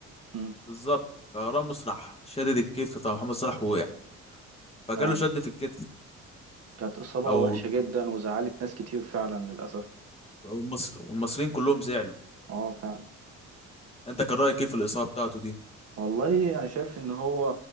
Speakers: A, on the right; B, on the left.
A: مم.
B: بالظبط فراموس راح شدد الكتف بتاع محمد صلاح ووقع فجاله
A: فعلا
B: شد في الكتف
A: كانت إصابة
B: او
A: وحشة جدا وزعلت ناس كتير فعلا للأسف
B: أو المصر والمصريين كلهم زعلوا
A: آه فعلا
B: انت كان رايك ايه في الاصابه بتاعته دي
A: والله أنا شايف إن هو